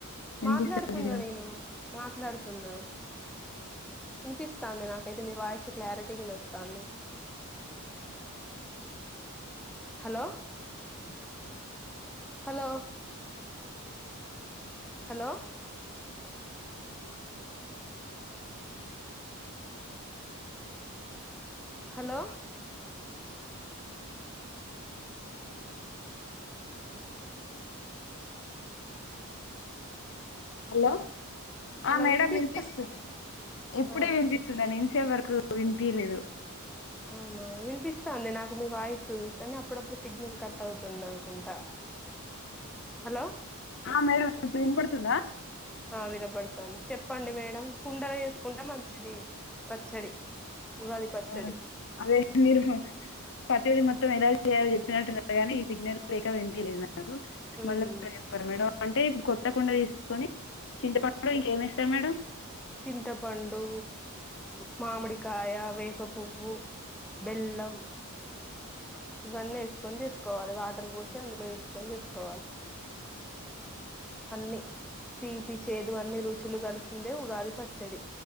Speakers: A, on the left; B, in the centre.
A: వినిపిస్తలేదుగా
B: మాట్లాడుతున్నా నేను మాట్లాడుతున్న వినిపిస్తంది నాకైతే మీ వాయిస్ క్లారిటీగ వినోస్తాంది hello hello hello hello
A: hello
B: hello
A: madam
B: వినిపిస్తా
A: వినిపిస్తుంది ఇప్పుడే
B: ఆ
A: వినిపిస్తుంది కు వినిపయలేదు
B: అవునా వినిపిస్తుంది నాకు మీ వాయిస్ కానీ అప్పుడప్పుడు సిగ్నల్ క ట్ అవుతుంది అనుకుంటా హలో
A: ఆ మేడం ఇప్పుడు ఇనపడుతుందా
B: ఆ వినపడుతుంది చెప్పండి మేడం కుండలో చేసుకుంటే మంచిది పచ్చడి
A: <unintelligible>
B: ఉగాది పచ్చడి
A: అదేదో మీరు పచ్చడి మొత్తం ఎలా చేసేది చెప్పినట్టుగాని ఈ సిగ్నల్ లేక వినిపిలేదు నాకు
B: మ్మ్
A: మళ్ళీ ఒకసారి చెప్పార మేడం అంటే ఇప్పుడు కొత్తకుండా తీసుకొని చింతపండు ఇంకేమి ఎస్తారు మేడం
B: చింతపండు మామిడికాయ వేపపువ్వు బెల్లం ఇవన్నీ వేసుకొని చేసుకోవాలి వాటర్ పోసి అందులో వేసుకొని చేసుకోవాలి అన్ని తీపి చేదు అన్ని రుచులు కలిసిందే ఉగాది ప పచ్చడి